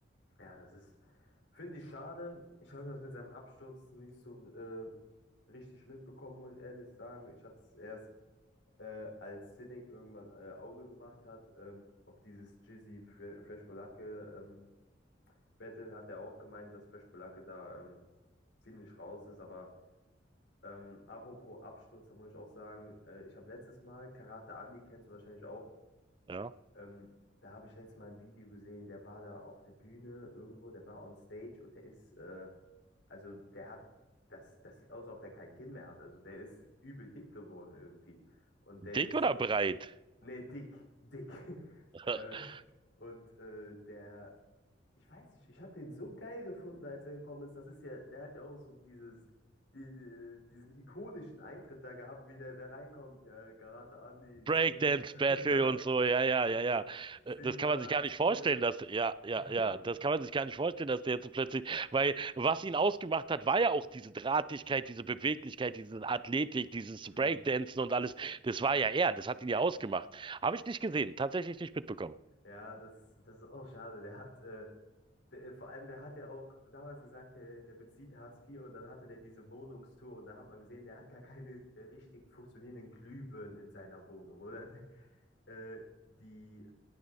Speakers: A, on the left; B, on the right.
A: Ja, das ist, finde ich schade. Ich habe das mit seinem Absturz nicht so äh, richtig mitbekommen, muss ich ehrlich sagen. Ich hatte es erst, äh, als Cynic irgendwann äh, Auge gemacht hat, ähm, auf dieses Jizzy Fre- Fresh Polacke ähm, Battle, hat er auch gemeint, dass Fresh Polacke da ähm, ziemlich raus ist. Aber ähm, apropos Absturz, da muss ich auch sagen, äh, ich habe letztes Mal Karate Andy, kennst du wahrscheinlich auch,
B: Ja.
A: Ähm, da habe ich letztes Mal ein Video gesehen, der war da auf der Bühne irgendwo, der war on stage und der ist, äh, also der hat, das, das sieht aus, als ob der kein Kinn mehr hat. Also der ist übel dick geworden irgendwie. Und
B: Dick
A: der ist,
B: oder breit?
A: nee, dick, dick. <laughs>
B: <laughs>
A: äh, und äh, der, ich weiß nicht, ich habe den so geil gefunden, als er gekommen ist. Das ist ja, der hat ja auch so dieses, die, die, diesen ikonischen Eintritt da gehabt, wie der da reinkommt. Ja, Karate Andi,
B: Breakdance
A: zehn Jahre.
B: Battle und so,
A: <laughs>
B: ja, ja,
A: Leute,
B: ja, ja.
A: zehn
B: Äh, Das
A: Jahre
B: kann man sich
A: Hartz
B: gar nicht vorstellen,
A: vier
B: dass, ja, ja,
A: <laughs>
B: ja, das kann man sich gar nicht vorstellen, dass der jetzt so plötzlich, weil was ihn ausgemacht hat, war ja auch diese Drahtigkeit, diese Beweglichkeit, diese Athletik, dieses
A: Mhm.
B: Breakdancen und alles. Das war ja er, das hat ihn ja ausgemacht. Habe ich nicht gesehen, tatsächlich nicht mitbekommen.
A: Ja, das, ist- das ist auch schade. Der hat, äh, der, äh, vor allem, der hat ja auch damals gesagt, der, der bezieht Hartz vier und dann hatte der diese Wohnungstour und da hat man gesehen, der hat gar keine äh, richtig funktionierenden Glühbirnen in seiner Wohnung oder <laughs> äh, die,